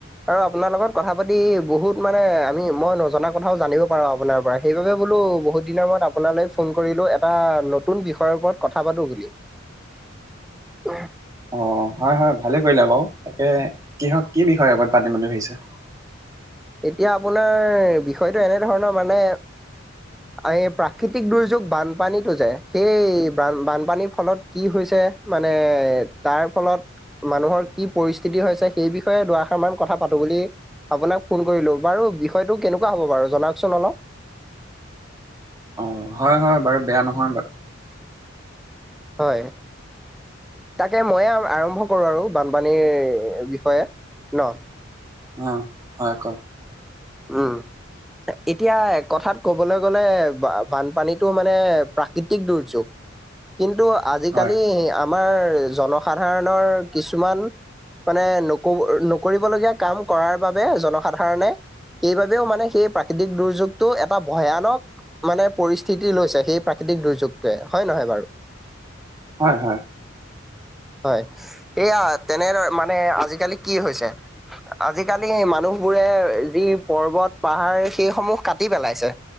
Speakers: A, in the centre; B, on the right.
A: আৰু আপোনাৰ লগত কথা পাতি বহুত মানে আমি মই নজনা কথাও জানিব পাৰো আপোনাৰ পৰা সেইবাবে বোলো বহুত দিনৰ মূত আপোনালৈ ফোন কৰিলো এটা নতুন বিষয়ৰ ওপৰত কথা পাতো বুলি। উমঃ
B: অ হয় হয় ভালে কৰিলা বাৰু, তাকে কিহক কি বিষয়ে ওপৰত পাতিম বুলি ভাবিছা?
A: এতিয়া আপোনাৰ বিষয়টো এনেধৰণৰ মানে এই প্ৰাকৃতিক দুৰ্যোগ বানপানীত হৈ যায়, সেই বানপানীৰ ফলত কি হৈছে। মানে তাৰ ফলত মানুহৰ কি পৰিস্থিতি হৈছে সেই বিষয়ে দুইআষাৰ মান কথা পাতো বুলি আপোনাক ফোন কৰিলো, বাৰু বিষয়টো কেনেকুৱা হ'ব বাৰু জনাওকচোন অলপ।
B: অ হয় হয় বাৰু বেয়া নহয় বাৰু
A: হয়। তাকে মইয়ে আৰম্ভ কৰো আৰু বানপানীৰ বিষয়ে ন?
B: অঁ হয় কওক।
A: উম, এতিয়া কথা ক'বলৈ গ'লে বানপানীটো মানে প্ৰাকৃতিক দুৰ্যোগ কিন্তু আজিকালি
B: হয়
A: আমাৰ জনসাধাৰণৰ কিছুমান মানে নকব নকৰিবলগীয়া কাম কৰাৰ বাবে জন সাধাৰণে সেইবাবেও মানে সেই প্ৰাকৃতিক দুৰ্যোগটো এটা ভয়ানক মানে পৰিস্থিতি লৈছে সেই প্ৰাকৃতিক দুৰ্যোগটোৱে হয় নহয় বাৰু।
B: হয় হয়
A: হয়, এইয়া তেনে মানে আজিকালি কি হৈছে আজিকালি মানুহ বোৰে যি পৰ্বত পাহাৰ সেইসমূহ কাটি পেলাইছে